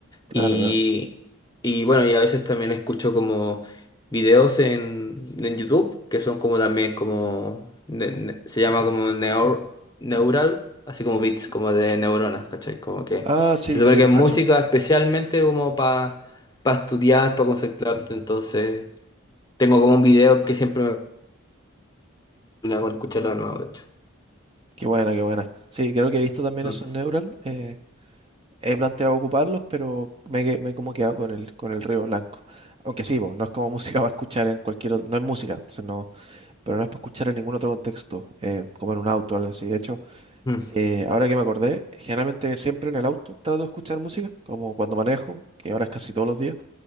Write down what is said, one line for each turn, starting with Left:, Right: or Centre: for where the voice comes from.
Right: Claro,
Left: Y,
Right: claro.
Left: y bueno, y a veces también escucho como videos en, en YouTube, que son como también como, ne- ne- se llama como neur- neural, así como bits, como de neuronas, ¿cachai? Como que
Right: Ah, sí,
Left: se supone
Right: sí,
Left: que
Right: los
Left: es música
Right: cacho.
Left: especialmente como para estudiar, para concentrarte, entonces... Tengo como un video que siempre me pone con escucharlo de nuevo, de hecho.
Right: Qué buena, qué buena. Sí, creo que he visto también
Left: Mm,
Right: esos Neural. eh, he planteado ocuparlos, pero me, he que- me he como quedado con el, con el Río Blanco. Aunque sí, po, no es como <laughs> música para escuchar en cualquier otro, no es música, entonces no, pero no es para escuchar en ningún otro contexto, eh, como en un auto o algo así. De hecho,
Left: mm.
Right: eh, ahora que me acordé, generalmente siempre en el auto trato de escuchar música, como cuando manejo, que ahora es casi todos los días,